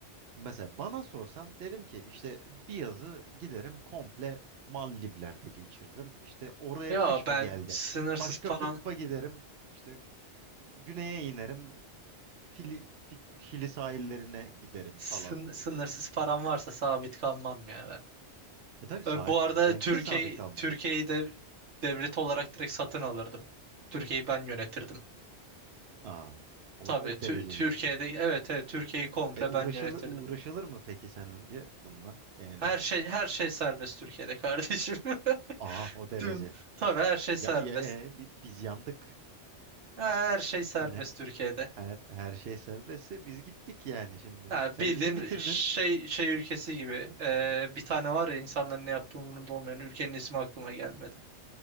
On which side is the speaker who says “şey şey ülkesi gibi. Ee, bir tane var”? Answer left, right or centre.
Right